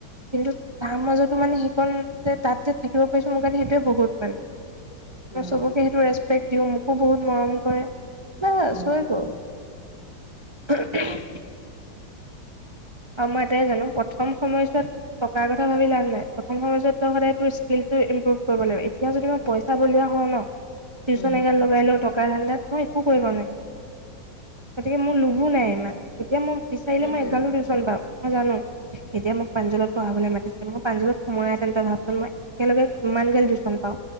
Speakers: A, on the right; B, on the left.
A: কিন্তু তাৰ মাজতো মানে সেইকণ যে তাত যে থাকিব পাৰিছো। মোৰ কাৰণে সেইটোৱে বহুত মানে।
B: উম,
A: চবকে সেইটো।। দিও মোকো বহুত মৰম কৰে ন
B: উম,
A: শৈ হ <unintelligible> <inaudible> অ মই এটাই জানো কম সময়ছোৱাত টকাৰ কথা ভাবি লাভ নাই। প্ৰথম সময়ছোৱাত তই সদায় তোৰ স্কিলটো ইম্প্ৰুভ কৰিব লাগিব। এতিয়া যদি মই পইচা বলিয়া হওঁ ন টিউশন
B: উম,
A: এগাল লগাই লও টকাৰ ধান্দাত মই একো কৰিব নোৱাৰিম। গতিকে মোৰ লোভো নাই ইমান। এতিয়া মোৰ বিচাৰিলে
B: সেইটোৱে
A: মই এঘালো টিউশ্যন পাম মই জানো এতিয়া মোক পান্জুলত পঢ়াবলৈ মাতিছিলে। মই পাঞ্জলত সোমাই আহ তেন্ত তই ভাবচোন মই একেলগে কিমান গাল টিউচন পাওঁ